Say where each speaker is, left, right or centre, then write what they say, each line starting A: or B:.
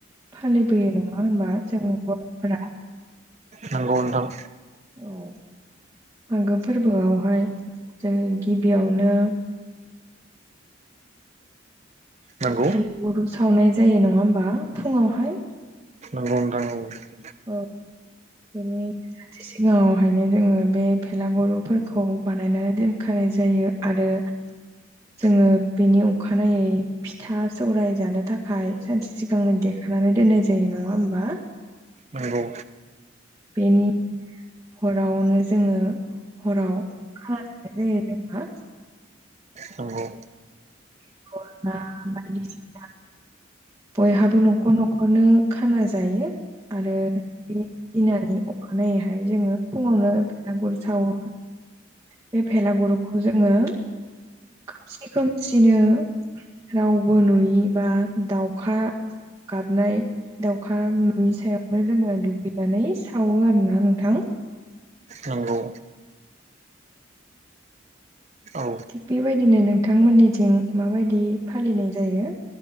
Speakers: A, on the right; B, on the right.
A: फालिबोयो नङा होनोमबा जोंनि बर'फोरा।
B: नंगौ नोंथां।
A: औ मागो फोरबोआवहाय जोङो गिबियावनो
B: नंगौ
A: भेलागुर सावनाय जायो नङा होमबा फुङावहाय।
B: नंगौ नोंथां नंगौ।
A: औ बि सिगाङावहायनो जोङो बे भेलागुरफोरखौ बानायनानै दोनखानाय जायो आरो
B: <unintelligible>
A: जोङो बेनि अखानायै फिथा सौराय जानो थाखाय सानसे सिगांनो दे खानानै दोननाय जायो नङा होमबा?
B: नंगौ।
A: बेनि हरावनो जोङो हराव खाना जानाय जायो जोंहा।
B: नंगौ।
A: <unintelligible> बयहाबो न'खर न'खरनो खाना जायो आरो बे फिनानै अखानायैहाय जोङो फुङावनो बेलागुर सावो। बे भेलागुरुखौ जोङो खोमसि खोमसिनो रावबो नुयि बा दाउखा गाबनाय दाउखा नुयि सायावनो जोङो दुगैनानै सावो आरोना नोंथां।
B: नंगौ। औ
A: थिग बेबायदिनो नोंथांमोननिथिं माबायदि फालिनाय जायो?